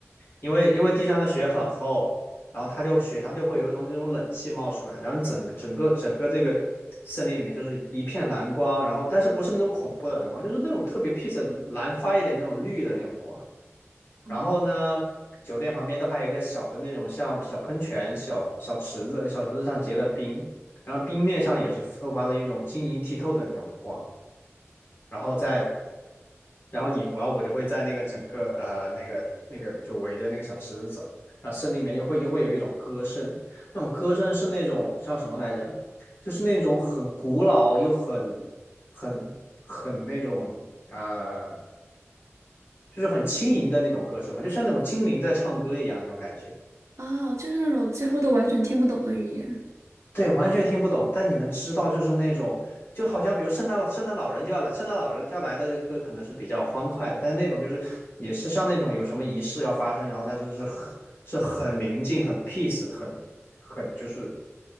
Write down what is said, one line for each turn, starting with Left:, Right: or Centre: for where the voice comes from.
Left: 因为因为地上的雪很厚，然后它就雪上就会有一种那种冷气冒出来，然后整个整个整个这个森林里面就是一片蓝光，然后但是不是那种恐怖的蓝光，就是那种特别 peace 的蓝发一点那种绿的那种光。
Right: 哦，
Left: 然后呢，酒店旁边都还有一个小的那种像小喷泉、小小池子，小池子上结了冰，然后冰面上也是透发着一种晶莹剔透的那种光。然后在，然后你我要我就会在那个整个呃那个那个就围着那个小池子走，然后森林里面又会又会有一种歌声，那种歌声是那种叫什么来着？就是那种很古老又很很很那种呃，就是很轻盈的那种歌声嘛，就像那种精灵在唱歌一样那种感觉。
Right: 哦，就是那种几乎都完全听不懂的语言。
Left: 对，完全听不懂，但你能知道，就是那种，就好像比如圣诞老圣诞老人就要来，圣诞老人就要来的这个可能是比较欢快的，但是那种就是也是像那种有什么仪式要发生，然后但是是很是很宁静、很 peace、很很就是